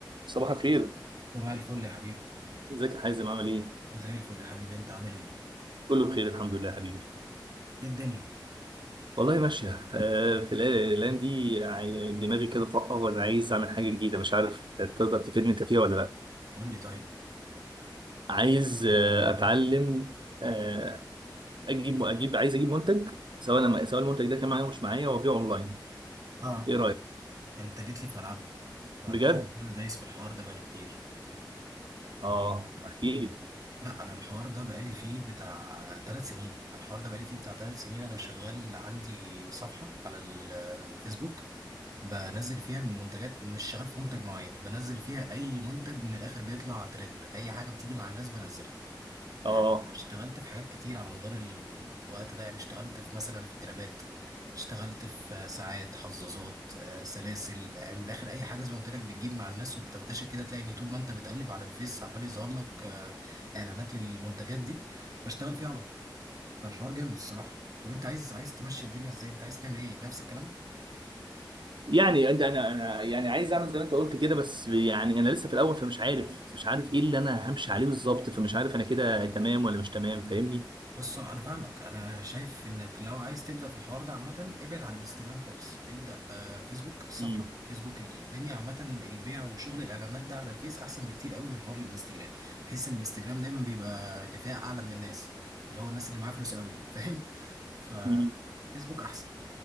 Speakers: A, on the right; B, on the right.
A: صباح الخير
B: صباح الفل يا حبيبي
A: ازيك يا حازم عامل ايه؟
B: زي الفل يا حبيبي انت عامل ايه؟
A: كله بخير الحمد لله يا حبيبي
B: ايه الدنيا؟
A: والله ماشية آه، في الأي- الأيام دي يعني دماغي كده طاقة وأنا عايز أعمل حاجة جديدة مش عارف تقدر تفيدني أنت فيها ولا لأ
B: قول لي طيب
A: عايز آه، أتعلم آه، أجيب أجيب عايز أجيب منتج سواء لما سواء المنتج ده كان معايا ومش معايا وأبيعه أونلاين
B: اه
A: إيه رأيك؟
B: انت جيت لي في ملعبي هو
A: بجد؟
B: انت عارف ان انا دايس في الحوار ده بقالي كتير
A: آه أحكي لي
B: لا انا الحوار ده بقالي فيه بتاع ثلاث سنين الحوار ده بقالي فيه بتاع ثلاث سنين انا شغال عندي صفحة على الفيسبوك بنزل فيها المنتجات مش شغال في منتج معين بنزل فيها اي منتج من الاخر بيطلع ترند اي حاجة بتيجي مع الناس بنزلها
A: آه
B: آه، اشتغلت في حاجات كتير على مدار الوقت ده يعني اشتغلت في مثلا في جرابات اشتغلت في آه، ساعات حظاظات آه، سلاسل يعني من الاخر اي حاجه زي ما قلت لك بتجيب مع الناس وبتنتشر كده تلاقي ان طول ما انت بتقلب على الفيس عمال يظهر لك آه، اعلانات للمنتجات دي بشتغل فيها على طول فالحوار جامد الصراحه طب انت عايز عايز تمشي الدنيا ازاي انت عايز تعمل ايه نفس الكلام
A: يعني انت انا انا يعني عايز اعمل زي ما انت قلت كده بس يعني انا لسه في الاول فمش عارف مش عارف ايه اللي انا همشي عليه بالظبط فمش عارف انا كده تمام ولا مش تمام فاهمني
B: بص انا فاهمك انا شايف انك لو عايز تبدا في الحوار ده عامه ابعد عن انستجرام خالص ابدا آه فيسبوك الصفحه
A: امم
B: فيسبوك الدنيا عامه البيع وشغل الاعلانات ده على الفيس احسن بكتير قوي من حوار الانستجرام بحس ان الانستجرام دايما بيبقى اللي فيها اعلى من الناس اللي هو الناس اللي معاها فلوس قوي فاهم ففيسبوك
A: امم
B: احسن